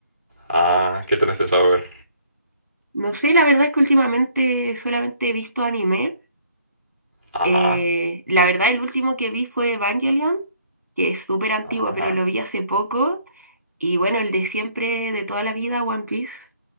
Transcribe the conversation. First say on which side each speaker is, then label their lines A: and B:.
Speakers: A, on the right (about 35°); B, on the right (about 65°).
A: Ah, ¿qué tenés pensado ver?
B: No sé, la verdad es que últimamente solamente he visto anime.
A: Ajá,
B: Eh, la verdad, el último que vi fue Evangelion, que es súper antiguo,
A: ajá,
B: pero lo vi hace poco. Y bueno, el de siempre, de toda la vida, One Piece.